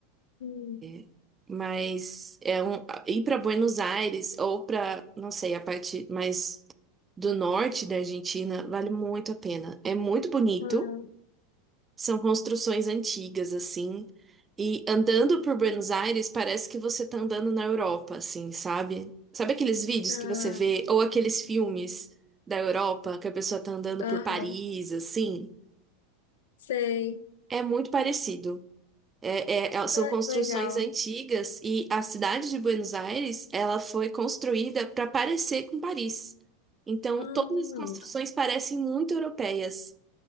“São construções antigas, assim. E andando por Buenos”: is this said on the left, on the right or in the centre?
Right